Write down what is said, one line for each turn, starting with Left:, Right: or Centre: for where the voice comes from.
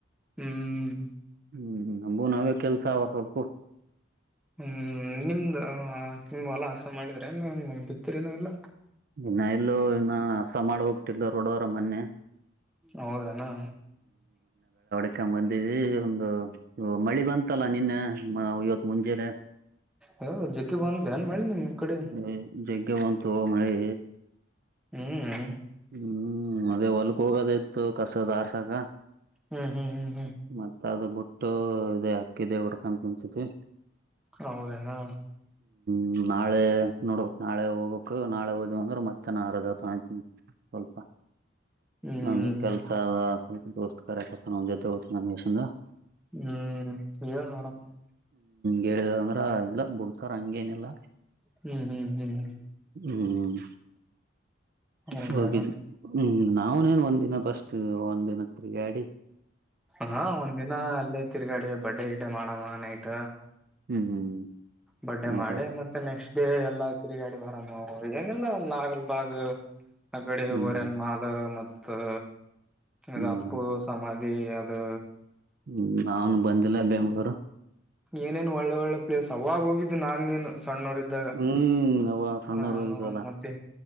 Centre: ಹ್ಮ್
Right: ಹ್ಮ್ ನಮ್ಗೂ ನಾವೇ ಕೆಲ್ಸ ಸೊಪ್ಪು.
Centre: ಹ್ಮ್ ನಿಮ್ದು ಆ. ನಿಮ್ ವಲ ಹಸ ಮಾಡಿದ್ರೆ ಏನ್ ಬಿತ್ರಿನ ಇಲ್ಲ.
Right: ಇನ್ನ ಇಲ್ಲೂ ಇನ್ನ ಹಸ ಮಾಡ್ಬಕ್ಟಿಲ್ಲ ರೋಡೋರ ಮೊನ್ನೆ.
Centre: ಹೌದೆನಾ.
Right: ಇಕಂ ಬಂದೀವಿ ಒಂದು ಮಳಿ ಬಂತಲ್ಲ ನೆನ್ನೆ ಮ ಇವತ್ ಮುಂಜಲೆ.
Centre: ಹೌ ಜಗ್ಗಿ ಬಂತ ಏನ್ ಮಳಿ ನಿಮ್ ಕಡೆ
Right: ವಯ್ ಜಗ್ಗಿ ಬಂತ್. ತೊ ಮಳಿ.
Centre: ಹ್ಮ್
Right: ಹ್ಮ್ ಅದೇ ಹೊಲ್ಗ್ ಹೋಗೋದ್ ಇತ್ತು ಕಸದ್ ಆರ್ಸಕ.
Centre: ಹ್ಮ್ ಹ್ಮ್ ಹ್ಮ್.
Right: ಮತ್ ಅದ ಬುಟ್ ಟೊ ಅದೆ ಅಕ್ಕಿ ದೇವ್ರ್ಗ್ ಅಂತ್ ಅನ್ಸುಂದಿ.
Centre: ಹೌದೇನಾ.
Right: ಹ್ಮ್ ನಾಳೆ ನೋಡ್ಬೇಕ್ ನಾಳೆ ಹೋಗ್ಬೇಕು ನಾಳೆ ಓದ್ ಅಂದ್ರೆ ಮತ್ತೆ ನರದ್ <unintelligible> ಸ್ವಲ್ಪ.
Centre: ಹ್ಮ್
Right: ನಂದ್ ಕೆಲ್ಸ ಅದ. ದೋಸ್ತ್ ಕಾರ್ಯಕತನ್ ಒಂದ್ ಜೋತ್ ತೋತ್ ನನ್ ಯಶಂದ.
Centre: ಹ್ಮ್ ಹೇಳ್ ನೋಡಮ್.
Right: ಕೇಳಿದ ಅಂದ್ರ ಇಲ್ಲ ಉಪ್ಕಾರ್ ಹಂಗೇನ್ ಇಲ್ಲ.
Centre: ಹ್ಮ್ ಹ್ಮ್. ಹ್ಮ್
Right: ಹ್ಮ್
Centre: ಹೌದೇನಾ
Right: ಫೋಗಿದ್ ಹ್ಮ್. ನಾವ್ನೇನ್ ಒಂದ್ ದಿನ ಬಸ್ತ ಒಂದ್ ದಿನ ತಿರ್ಗ್ಯಡಿ.
Centre: ಹಾ ಒಂದ್ ದಿನ ಅಲ್ಲೇ ತಿರ್ಗಾಡಿ ಬಡ್ಡೆ ಗಿಡ್ಡೆ ಮಾಡಮ್ಮ ನೈಟ.
Right: ಹ್ಮ್ ಹ್ಮ್.
Centre: ಬಡ್ಡೆ
Right: ಹೌದೌದು
Centre: ಮಾಡಿ ಮತ್ತ ನೆಕ್ಸ್ಟ್ ಡೇ. ಗೆ ಎಲ್ಲಾ ತಿರುಗಾಡಿ ಬರಾಮ್ಮು ಏನಿಲ್ಲ ಒಂದ್ ನಾಗಲ್ಬಾಗ. ಆ ಕಡೆ
Right: ಹ್ಮ್
Centre: ಒರ್ಯನ್ ಮಾಲ್ ಮತ್ ತ್ತ. ಇದಪ್ಪು
Right: ಹ್ಮ್
Centre: ಸಮಾಧಿ. ದ.
Right: ಹ್ಮ ನಾನ್ ಬಂದಿಲ್ಲ ಬೆಂಗ್ಳೂರ.
Centre: ಏನೇನ್ ಒಳ್ಳೆ ಒಳ್ಳೆ ಪ್ಲೇಸ್ ಅವಾಗ್ ಹೋಗಿದ್ ನಾನ್ ನೀನ್ನ. ಕಣ್ಣೂರ್ ಇದ್ದಾಗ
Right: ಹ್ಮ್ ಅವ ಸಣ್ಣವರು
Centre: ಹ
Right: ಇದವಲ್ಲ
Centre: ಮತ್ತೆ